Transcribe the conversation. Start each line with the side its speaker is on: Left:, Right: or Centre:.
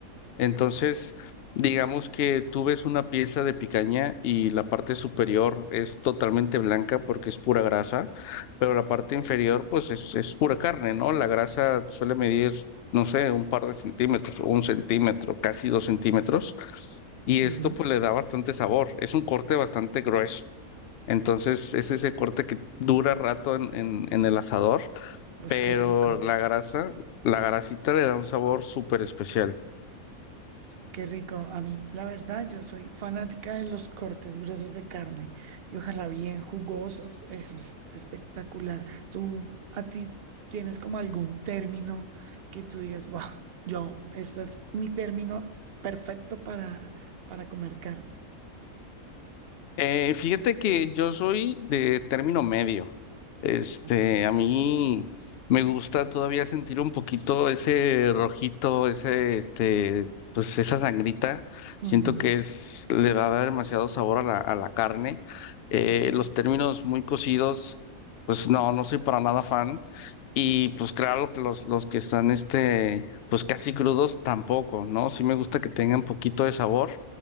Left: Entonces, digamos que tú ves una pieza de picaña y la parte superior es totalmente blanca porque es pura grasa, pero la parte inferior pues es, es pura carne, ¿no? La grasa suele medir, no sé, un par de centímetros, un centímetro, casi dos centímetros, y
Right: Ujú.
Left: esto pues le da bastante sabor, es un corte bastante grueso. Entonces es ese corte que dura rato en, en, en el asador,
Right: Uf,
Left: pero
Right: qué rico.
Left: la grasa, la grasita le da un sabor súper especial.
Right: Qué rico. A mí, la verdad, yo soy fanática de los cortes gruesos de carne y ojalá bien jugosos. Eso es espectacular. ¿Tú a ti tienes como algún término que tú digas, wow, yo, este es mi término perfecto para, para comer carne?
Left: Eh, fíjate que yo soy de término medio. Este,
Right: Ok.
Left: a mí me gusta todavía sentir un poquito ese rojito, ese, este, pues esa sangrita. Siento
Right: Ujú.
Left: que es, le va a dar demasiado sabor a la, a la carne. Eh, los términos muy cocidos, pues no, no soy para nada fan. Y pues claro que los, los que están, este, pues casi crudos tampoco, ¿no? Sí me gusta que tengan poquito de sabor.